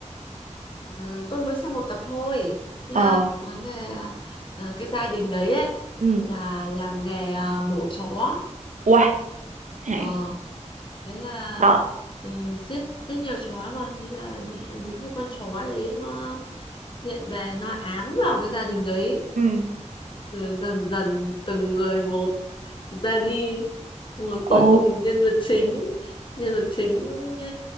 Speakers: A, on the left (about 40°); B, on the right (about 80°).
A: à, tôi mới xem một tập thôi nhá.
B: ờ
A: Nói về à, à, cái gia đình đấy ấy
B: ừ
A: là làm nghề à, mổ chó.
B: uầy này,
A: Ờ, thế là
B: sợ
A: ừ, giết giết nhiều chó mà thế là những, những cái con chó đấy nó hiện về nó ám vào cái gia đình đấy
B: ừ
A: rồi dần dần từng người một ra đi rồi cuối
B: ồ
A: cùng nhân vật chính nhân vật chính ờ,